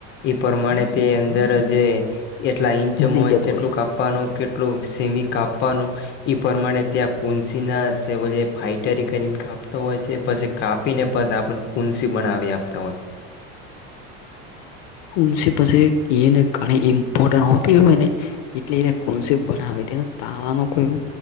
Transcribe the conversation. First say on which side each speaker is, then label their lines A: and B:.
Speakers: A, on the left (about 35°); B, on the left (about 75°).
A: એ પ્રમાણે તે અંદર જે એટલા ઈંચ
B: બની
A: મો
B: જતું
A: જેટલું
B: હોય
A: કાપ કાપવાનો કેટલુ સેમી કાપવાનો એ પ્રમાણે ત્યાં કન્સી ના સેવલ ફાઈટરી કરીને કાપતો હોય છે પછી કાપી ને પછી આપને કુંન્સી બનાવી આપતા હોય છે.
B: નસી પાછી એને ઘણી ઈમ્પોર્ટન હોતી હોય ને એટલે એને કોન્સેપ બનાવે તાળા ન કોઈ